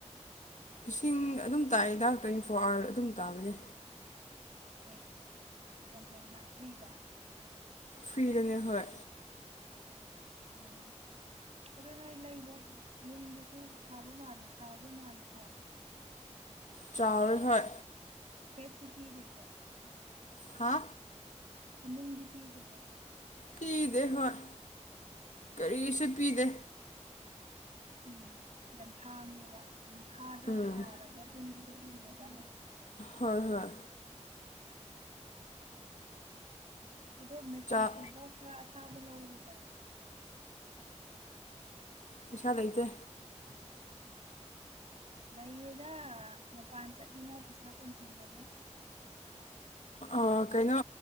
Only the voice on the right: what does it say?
ꯑꯦ ꯌꯥꯝ ꯐꯩꯅ ꯐ꯭ꯔꯤꯗ
ꯑꯣ ꯑꯗꯨ ꯅꯣꯏ ꯂꯩꯕ ꯌꯨꯝꯗꯨꯁꯨ ꯐꯥꯕ ꯃꯥꯜꯂꯦ ꯆꯥꯎꯕ ꯃꯥꯜꯂꯦꯀꯣ
<unintelligible> ꯇꯤ ꯄꯤꯗꯦꯀꯣ
ꯐꯃꯨꯡꯗꯤ ꯄꯤꯗꯦꯕ
ꯎꯝ ꯌꯥꯝ ꯍꯥꯡꯉꯦꯕ ꯊꯥꯗ
ꯊꯥꯔꯒ ꯇꯨꯝꯕꯗꯨ ꯎꯑꯦꯕ
ꯑꯣꯗꯣ ꯃꯦꯇ꯭ꯔꯦꯁꯇꯩ
ꯈꯔ ꯊꯥꯕ ꯂꯧꯔꯣꯗꯅ
<unintelligible> ꯂꯩꯌꯦꯗ ꯃꯄꯥꯟ ꯆꯠꯂꯤꯉꯥꯏ ꯄꯩꯁꯥ ꯇꯨꯝꯁꯤꯜꯂꯒ